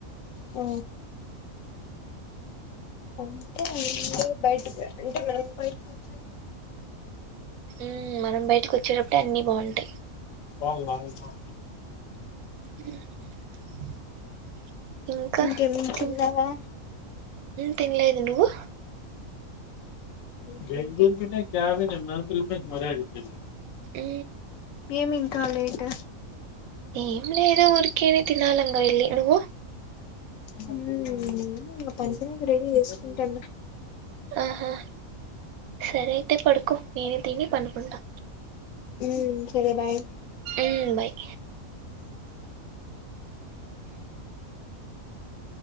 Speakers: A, on the left; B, on the right.
A: ఆ అంటే బయటికి అంటే మనం బయ వచ్చేత
B: ఉ మనం బయటకి వచ్చేటప్పుడు అన్ని బాగుంటాయి
A: అవు అవు
B: అ <inaudible> ఇంకా
A: ఇంకేమి
B: తం
A: తిన్నావా
B: తినలేదు నువ్వు
A: వెెంగూ న కవి మంతలష్ మరదు పలే
B: ఆ
A: ఏమింకా లేట్
B: ఏం లేదు ఊరికే తినాలంగ ఎల్లి నువ్వు
A: ఊ నేను ఇంగ పని పక రెడీ చేసుకుంటాను
B: ఆహా సరే అయితే పడుకో నేను తిని పనుకుంటా
A: ఉ సరే
B: ఉమ్, బాయ్
A: <unintelligible>